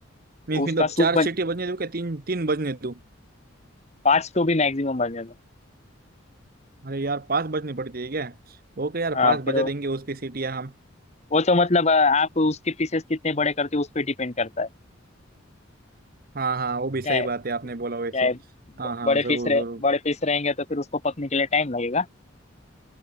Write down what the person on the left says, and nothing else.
तो
उसका
सूप
बन
पांच तो भी मैक्सिमम बनेगा
हाँ
फिर
वो
वो तो मतलब अ, आप उसके पीसेस कितने बड़े करते हो उस पर डिपेंड करता है
क्या
है
क्या
है ब-
बड़े
पीस रहे
बड़े पीस रहेंगे तो फिर उसको पकने के लिए टाइम लगेगा